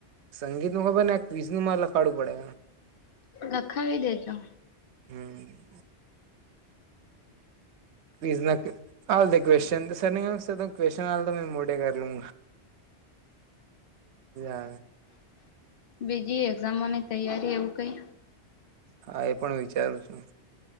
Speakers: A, on the right; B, on the left.
A: સંગીત નું ખબર ને એક ક્વીઝ નું મારે લખાડું પડે.
B: લખાવી દેજો.
A: <inaudible> પઝ હલ દે ક્વેશ્ચન સર ન ક્વેશ્ચન હલ મેં મોઢે કર લુ અ.
B: બીજી એક્ઝામોની તૈયારી એવું કઈ?
A: હા એ પણ વિચારું છું.